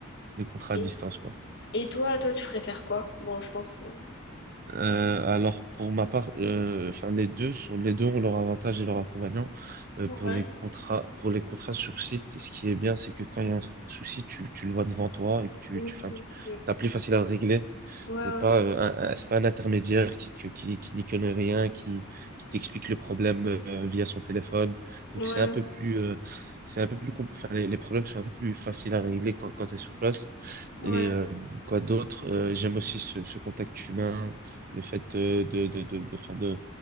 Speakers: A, on the right (about 40°); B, on the left (about 55°).
A: des contrats
B: Et,
A: à distance, quoi.
B: et toi, toi, tu préfères quoi? Bon, je pense. euh,
A: Euh, alors pour ma part, euh, enfin les deux sont les deux ont leurs avantages et leurs inconvénients. Euh,
B: Ouais.
A: pour les contrats pour les contrats sur site, ce qui est bien, c'est que quand il y a un souci, tu, tu le vois devant toi et que tu
B: Mm,
A: tu, enfin,
B: ok.
A: tu t'as plus facile à le régler.
B: Ouais,
A: C'est
B: ouais,
A: pas euh, un, un- c'est pas un intermédiaire qui qui qui, qui n'y connaît rien, qui qui t'explique le problème euh, via son téléphone.
B: Ouais,
A: Donc c'est un peu plus euh, c'est un peu plus compl- enfin les, les problèmes sont un peu plus faciles à régler quand quand tu es sur place.
B: ouais,
A: Et euh, quoi d'autre? Euh, j'aime aussi ce, ce contact humain le fait euh, de, de, de, de, enfin, de,